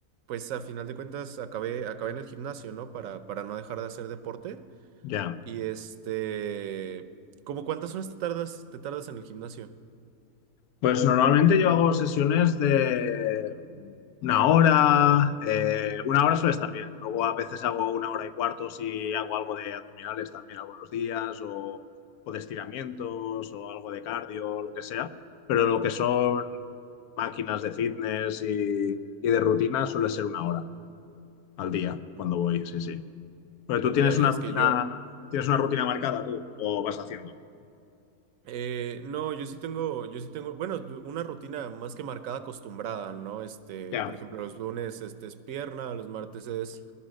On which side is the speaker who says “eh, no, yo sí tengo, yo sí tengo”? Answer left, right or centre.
Right